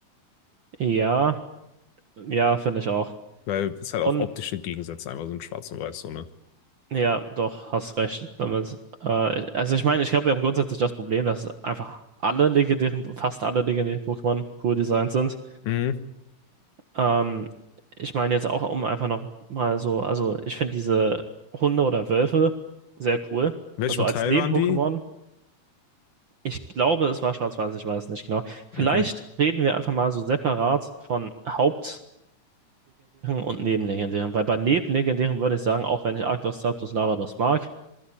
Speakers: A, on the right; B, on the left.
A: Ja, ja, finde ich auch.
B: Weil es halt
A: Und
B: auch optische Gegensätze einfach sind, Schwarz und Weiß, so, ne?
A: ja, doch, hast recht damit. Äh, ich- also ich meine, ich glaube, wir haben grundsätzlich das Problem, dass einfach alle legendären, fast alle legendären Pokémon cool designt sind.
B: Mhm.
A: Ähm, ich meine jetzt auch, um einfach noch mal so, also ich finde diese Hunde oder Wölfe sehr cool.
B: In welchem
A: Also als
B: Teil
A: Neben-Pokémon.
B: waren die?
A: Ich glaube, es war schwarz-weiß, ich weiß nicht genau. Vielleicht
B: Okay.
A: reden wir einfach mal so separat von Hauptlegendären und Nebenlegendären, weil bei Nebenlegendären würde ich sagen, auch wenn ich Arctos, Zapdos, Lavados mag,